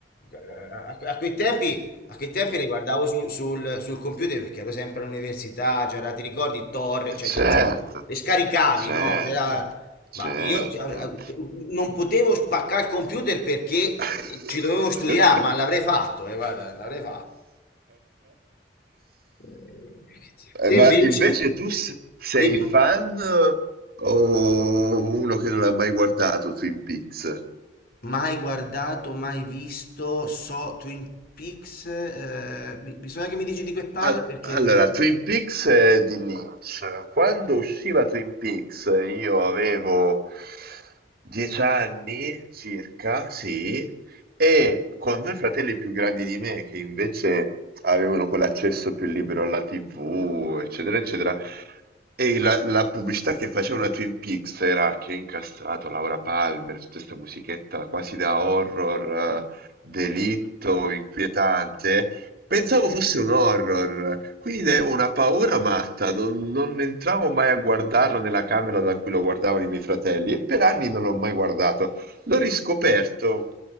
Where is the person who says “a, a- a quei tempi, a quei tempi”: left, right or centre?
Left